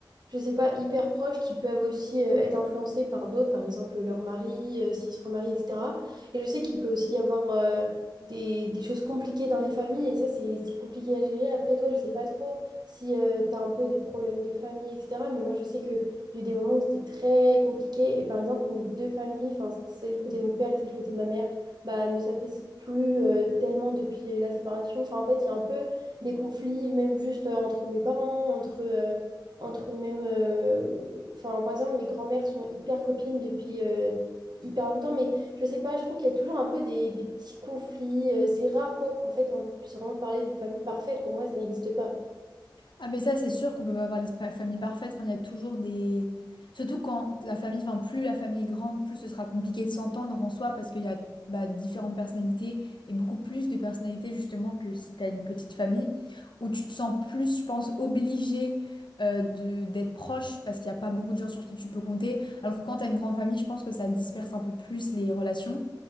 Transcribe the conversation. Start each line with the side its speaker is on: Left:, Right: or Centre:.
Right: je sais pas, hyper proches, qui peuvent aussi euh, être influencées par d'autres, par exemple leur mari, euh, s'ils se remarient, etc. Et je sais qu'il peut aussi y avoir euh, des, des choses compliquées dans les familles, et ça, c'est, c'est compliqué à gérer. Après, toi, je sais pas trop si tu as un peu des problèmes de famille, etc. Mais moi, je sais que il y a eu des moments où c'était très compliqué. Et par exemple, mes deux familles, enfin, celle du côté de mon père et celle du côté de ma mère, bah, ne s'apprécient plus euh, tellement depuis euh, la séparation. Enfin, en fait, il y a un peu des conflits, même juste euh, entre mes parents, entre, euh, entre même. euh, Enfin, par exemple, mes grands-mères sont hyper copines depuis euh, hyper longtemps. Mais je sais pas, je trouve qu'il y a toujours un peu des, des petits conflits. Euh, c'est rare, quoi, qu'en fait, on puisse vraiment parler de famille parfaite. Pour moi, ça n'existe pas.
Left: Ah mais ça c'est sûr qu'on peut pas avoir les pa- familles parfaites, enfin il y a toujours des... Surtout quand la famille, enfin plus la famille est grande, plus ce sera compliqué de s'entendre en soi parce qu'il y a bah, différentes personnalités et beaucoup plus de personnalités justement que si t'as une petite famille où tu te sens plus, je pense, obligé euh, de d'être proche parce qu'il n'y a pas beaucoup de gens sur qui tu peux compter. Alors que quand t'as une grande famille, je pense que ça disperse un peu plus les relations.